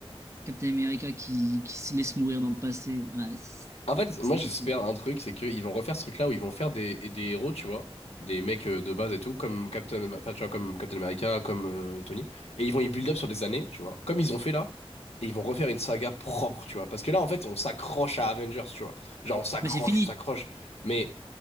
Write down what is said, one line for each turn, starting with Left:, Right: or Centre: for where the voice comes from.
Right: Captain America qui, qui se laisse mourir dans le passé. Ouais, c'est-
Left: En fait,
Right: c'est
Left: moi, j'espère
Right: trop trop.
Left: un truc, c'est qu'ils vont refaire ce truc-là où ils vont faire des, des héros, tu vois. Des mecs euh, de base et tout, comme Captain, enfin, tu vois, comme Captain America, comme euh, Tony. Et ils vont y build up sur des années, tu vois. Comme ils ont fait là. Et ils vont refaire une saga propre, tu vois. Parce que là, en fait, on s'accroche à Avengers, tu vois. Genre, on s'accroche,
Right: Mais c'est fini,
Left: on s'accroche. Mais